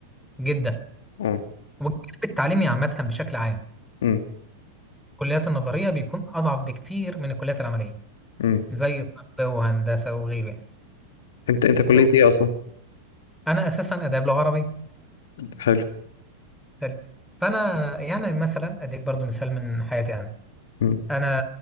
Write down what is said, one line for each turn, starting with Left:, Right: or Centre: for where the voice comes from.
Centre: جدا
Left: اه
Centre: والجانب التعليمي عامة بشكل عام
Left: امم
Centre: الكليات النظرية بيكون أضعف بكتير من الكليات العملية
Left: امم
Centre: زي طب وهندسة وغيره
Left: انت انت كلية
Centre: يعني
Left: ايه اصلا
Centre: أنا أساسا آداب لغة عربية
Left: حلو
Centre: حلو. فأنا يعني مثلا أديك برضو مثال من حياتي أنا
Left: امم
Centre: انا